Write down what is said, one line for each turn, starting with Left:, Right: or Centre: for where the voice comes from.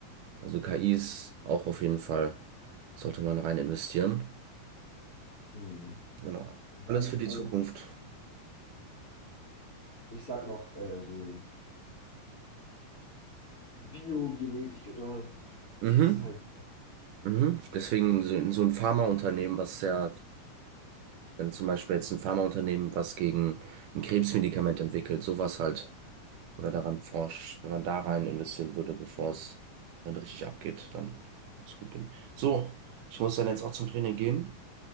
Right: Also KIs auch auf jeden Fall sollte man rein investieren.
Left: Mhm.
Right: Genau.
Left: Dann,
Right: Alles für die
Left: ähm,
Right: Zukunft.
Left: ich sag noch äh, so Biogenetik oder
Right: Mhm.
Left: dieses halt.
Right: Mhm.
Left: Ja.
Right: Deswegen so, so ein Pharmaunternehmen, was sehr Wenn zum Beispiel jetzt ein Pharmaunternehmen was gegen ein Krebsmedikament entwickelt, sowas halt, oder daran forscht, wenn man da rein investieren würde, bevor es dann richtig abgeht, dann würde es gut gehen. So, ich muss dann jetzt auch zum Training gehen.